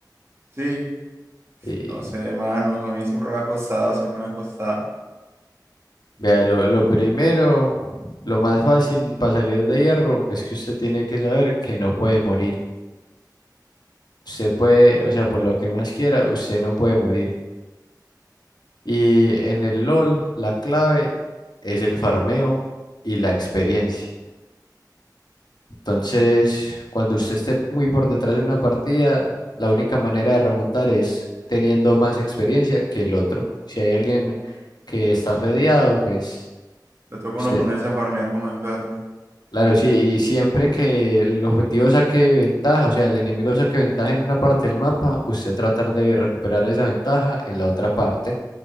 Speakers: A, on the right (about 35°); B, on the left (about 70°).
A: Sí,
B: eh,
A: No sé, Manu, a mí siempre me ha costado, siempre me ha costado.
B: vea, lo, lo primero, lo más fácil para salir de hierro es que usted tiene que saber que no puede morir. Usted puede, o sea, por lo que más quiera, usted no puede morir. Y en el LOL, la clave es el farmeo y la experiencia. Entonces, cuando usted esté muy por detrás de una partida, la única manera de remontar es teniendo más experiencia que el otro. Si hay alguien que está fedeado, pues,
A: Le toca a
B: se-
A: uno ponerse a farmear como enfermo.
B: claro, sí, y siempre que el objetivo saque ventaja, o sea, el enemigo saque ventaja en una parte del mapa, usted tratar de recuperar esa ventaja en la otra parte.